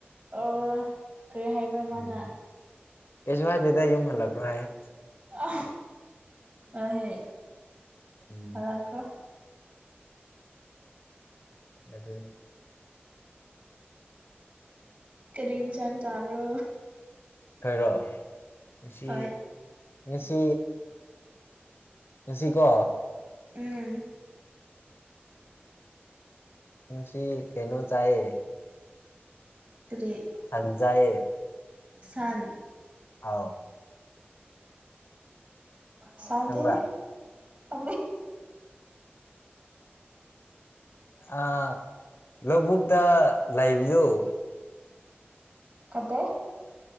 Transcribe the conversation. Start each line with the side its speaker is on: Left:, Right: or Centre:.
Right: ꯑꯣ ꯀꯔꯤ ꯍꯥꯏꯕ꯭ꯔꯥ ꯃꯥꯅ
Left: ꯎꯝ ꯀꯩꯁꯨ ꯍꯥꯏꯏ ꯂꯩꯗ ꯌꯨꯝ ꯍꯜꯂꯛꯄ꯭ꯔꯣ ꯍꯥꯏꯌꯦ
Right: ꯑ ꯑ ꯍꯦ
Left: ꯎꯝ
Right: ꯑꯂ ꯀ
Left: ꯑꯗꯨꯗ
Right: ꯀꯔꯤ ꯁꯥꯡ ꯆꯥꯕ꯭ꯔꯣ
Left: ꯍꯣꯏꯔꯣ ꯉꯁꯤ
Right: ꯍꯣꯏ
Left: ꯉꯁꯤ ꯉꯁꯤꯀꯣ
Right: ꯎꯝ
Left: ꯉꯁꯤ ꯀꯩꯅꯣ ꯆꯌꯦ
Right: ꯇꯔꯦꯠ
Left: ꯁꯟꯖꯌꯦ
Right: ꯁꯟ
Left: ꯑꯥꯎ
Right: ꯆꯥꯟꯗ
Left: ꯈꯪꯕ꯭ꯔꯥ
Right: ꯀ
Left: ꯑ ꯂꯧꯕꯨꯛꯇ ꯂꯩꯥꯛꯕꯗꯨꯣ
Right: ꯀꯗ